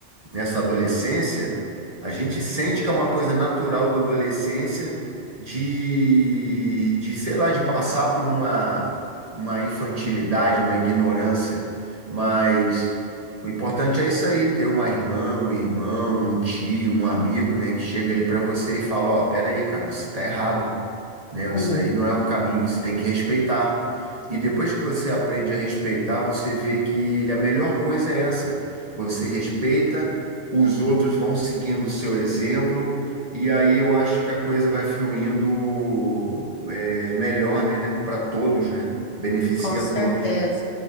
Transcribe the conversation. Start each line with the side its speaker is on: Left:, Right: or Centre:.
Right: nessa adolescência, a gente sente que é uma coisa natural da adolescência de, de, sei lá, de passar por uma, uma infantilidade, uma ignorância, mas O importante é isso aí, ter uma irmã, um irmão, um tio, um amigo, né, que chega ali para você e fala, ó, pera aí, cara, você tá errado né?
Left: Uhum.
Right: Isso daí não é o caminho, você tem que respeitar. E depois que você aprende a respeitar, você vê que a melhor coisa é essa. Você respeita, os outros vão seguindo o seu exemplo, e aí eu acho que a coisa vai fluindo é, melhor, né? Para todos, né? Beneficia
Left: Com certeza,
Right: a todos.